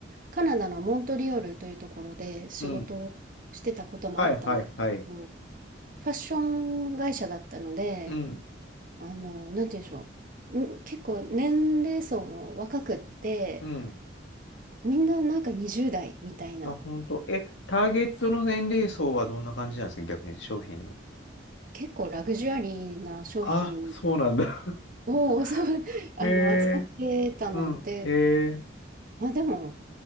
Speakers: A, on the right; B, on the left.
A: カナダのモントリオールというところで仕事をしてたこともあったんですけど、
B: うん。はいはいはい。
A: ファッション会社だったので、
B: うん。
A: あの、なんて言うんでしょう。うん結構年齢層も若くって、
B: うん。
A: みんななんか20代みたいな、
B: あ、本当。え、ターゲットの年齢層はどんな感じなんですか逆に商品の。
A: 結構ラグジュアリーな商品
B: あ、そうなんだ。
A: を <laughs> そう、
B: <laughs>
A: あの、
B: へえ。
A: 扱ってたので、
B: うん。へえ。
A: まあでも、